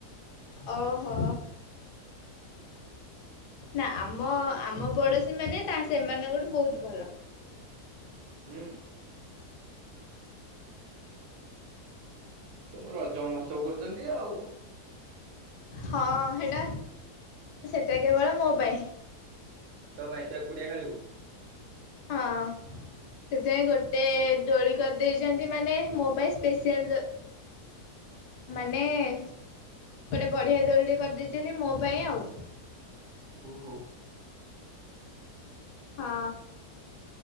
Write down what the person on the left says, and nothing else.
ଓହୋ। ନା ଆମ ଆମ ପଡୋଶୀ ମାନେ ତା ସେମାନଙ୍କଠୁ ବହୁତ ଭଲ।
ହଁ ହେଟା ସେଟା କେବଳ ମୋ ପାଇଁ
ହଁ ସେଥିପାଇଁ ଗୋଟେ ଦୋଳି କରିଦେଇଛନ୍ତି ମାନେ ମୋ ପାଇଁ ସ୍ପସିଆଲ ମାନେ ଗୋଟେ ବଢିଆ ଦୋଳିରେ କରିଦେଇଛନ୍ତି ମୋ ପାଇଁ ଆଉ।
ହଁ।